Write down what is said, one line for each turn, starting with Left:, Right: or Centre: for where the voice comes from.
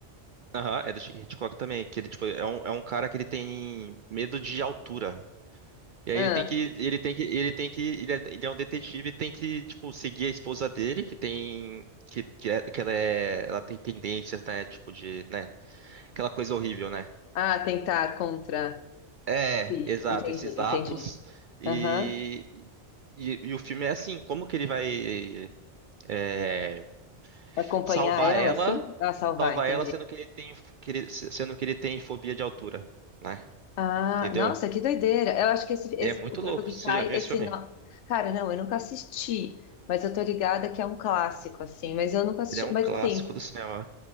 Right: aham, é do Hitchcock também, que ele, tipo, é um, é um cara que ele tem medo de altura. E aí
Left: Ah,
Right: ele tem que, ele tem que, ele tem que, ele é, ele é um detetive e tem que, tipo, seguir a esposa dele, que tem, que, que, é- que ela é, ela tem tendências, né, tipo de, né, aquela coisa horrível, né?
Left: ah, tentar contra.
Right: É,
Left: Sim,
Right: exato,
Left: entendi,
Right: esses atos.
Left: entendi.
Right: E,
Left: Aham.
Right: e, e o filme é assim, como que ele vai é,
Left: Acompanhar
Right: salvar
Left: ela,
Right: ela,
Left: sim? Ah, salvar,
Right: salvar
Left: entendi.
Right: ela sendo que ele tem, que ele- sendo que ele tem fobia de altura, né?
Left: Ah,
Right: Entendeu?
Left: nossa, que doideira. Eu acho que esse, esse
Right: É muito
Left: o corpo
Right: louco.
Left: que
Right: Você
Left: cai,
Right: já viu
Left: esse
Right: esse filme?
Left: nó. Cara, não, eu nunca assisti, mas eu tô ligada que é um clássico, assim, mas eu nunca assisti.
Right: Ele é um
Left: Mas
Right: clássico
Left: assim,
Right: do cinema.